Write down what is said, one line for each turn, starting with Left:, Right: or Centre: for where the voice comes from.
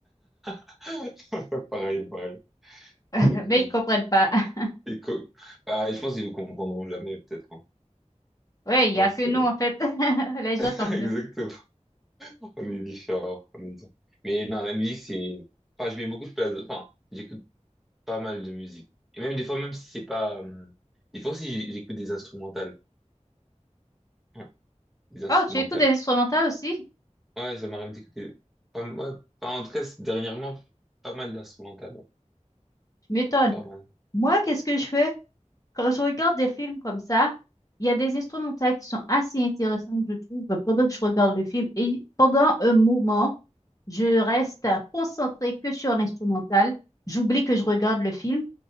Centre: <laughs> Pareil, pareil.
Left: <laughs>
Centre: Je- je-
Left: Mais ils comprennent pas. <laughs>
Centre: et co- bah, je pense qu'ils ne comprendront jamais, peut-être. hein.
Left: Ouais, il y
Centre: Non,
Left: a que
Centre: c'est-
Left: nous, en fait, <laughs> les gens
Centre: <laughs>
Left: comme
Centre: Exactement,
Left: nous.
Centre: on est différents, on est différents. Mais non, la musique, c'est... Enfin, je mets beaucoup de place... Enfin, j'écoute pas mal de musique. Et même des fois, même si c'est pas... euh, Des fois aussi, j'ai- j'écoute des instrumentales. Ouais, des instrumentales.
Left: Oh, tu écoutes des instrumentales aussi?
Centre: Ouais, ça m'arrive d'écouter... Pas... Ouais, enfin, en tout cas, c'est- dernièrement, pas mal d'instrumentales. ouais,
Left: Tu m'étonnes.
Centre: Pas mal.
Left: Moi, qu'est-ce que je fais? Quand je regarde des films comme ça, il y a des instrumentales qui sont assez intéressantes, je trouve, pendant que je regarde le film. Et pendant un moment, je reste concentrée que sur l'instrumental. J'oublie que je regarde le film.